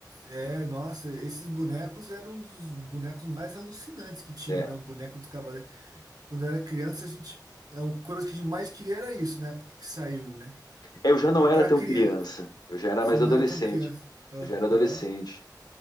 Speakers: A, on the right; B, on the left.
A: É, nossa, esses bonecos eram um dos bonecos mais alucinantes que tinham,
B: É.
A: né? O boneco dos cavaleiros. Quando eu era criança, a gente. A coisa que a gente mais queria era isso, né? Porque que saiu, né?
B: Eu já não
A: E pra
B: era tão
A: criança.
B: criança. Eu já era
A: Você
B: mais
A: não
B: adolescente.
A: era tão criança.
B: Eu já era adolescente.
A: Aham.